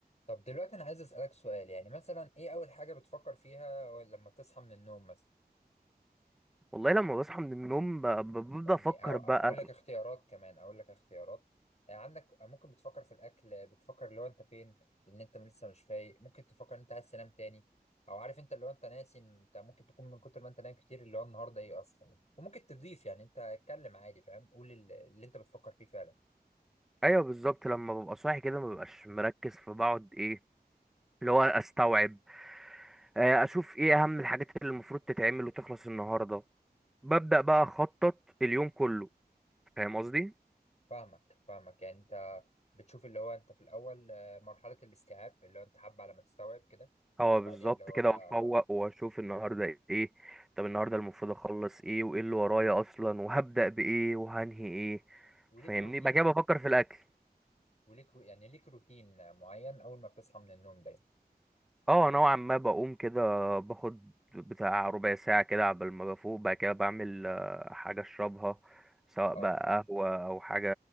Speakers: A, on the left; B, in the centre.
A: طب دلوقتي انا عايز اسالك سؤال يعني مثلا ايه اول حاجه بتفكر فيها لما بتصحى من النوم مثلا
B: والله لما بصحى من النوم ب- ب- ببدأ
A: يعني
B: أفكر
A: أو- اقول
B: بقى
A: لك اختيارات كمان اقول لك اختيارات يعني عندك ممكن بتفكر في الاكل بتفكر لو انت فين لان انت لسه مش فايق ممكن تفكر ان انت عايز تنام تاني او عارف انت اللي هو انت ناسي إن انت ممكن تكون من كتر ما انت نايم كتير اللي هو النهارده ايه اصلا وممكن تضيف يعني انت اتكلم عادي فاهم قول اللي اللي انت بتفكر فيه فعلا
B: أيوه بالظبط لما ببقى صاحي كده مببقاش مركز فبقعد إيه اللي هو أستوعب آه، أشوف إيه أهم الحاجات اللي المفروض تتعمل وتخلص النهاردة ببدأ بقى أخطط اليوم كله فاهم قصدي؟
A: فاهمك فاهمك يعني انت بتشوف اللي هو انت في الاول آه، مرحله الاستيعاب اللي هو انت حابه على ما تستوعب كده
B: اه
A: وبعديها
B: بالظبط
A: اللي هو
B: كده
A: بقى
B: وأفوق وأشوف النهاردة إيه طب النهاردة المفروض أخلص إيه وإيه اللي ورايا أصلا وهبدأ بإيه وهنهي إيه
A: وليك
B: فاهمني؟
A: روتين
B: بعد كده بفكر في الأكل
A: وليك رو... يعني ليك روتين معين اول ما بتصحى من النوم ده
B: اه نوعا ما بقوم كده باخد بتاع ربع ساعة كده عبال ما بفوق بعد كده بعمل آه، حاجة اشربها سواء
A: اه
B: بقى قهوة او حاجة